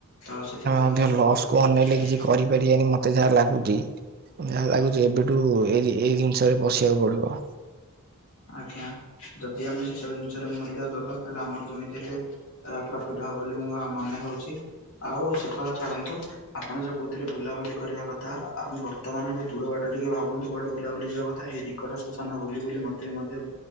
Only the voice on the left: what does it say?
ତ ସେଥିପାଇଁ ଆମେ
ସେ <unintelligible>
ଆଜ୍ଞା ଯଦି ଆମେ ସେସବୁ ଜିନିଷର ମୂଲ୍ୟ ଦବା ତାହେଲେ ଆମର ଯେମିତି ହେଲେ ଆ ପ୍ରଫିଟ ହବ ବୋଲି ମୁଁ ବା ମନେ ହେଉଛି ଆଉ ସେ କଥା ଛାଡ଼ନ୍ତୁ ଆପଣ ଯୋଉ କହୁଥିଲେ ବୁଲାବୁଲି କରିବା କଥା ଆମେ ବର୍ତ୍ତମାନ ପାଇଁ ଦୂର ବାଟ ଟିକେ ଭାବନ୍ତୁ କୁଆଡ଼େ ବୁଲାବୁଲି ଯିବା କଥା ଏଇ ଟି ନିକଟସ୍ଥ ସ୍ଥାନ ବୁଲି ବୁଲି ମତେ ମଧ୍ୟ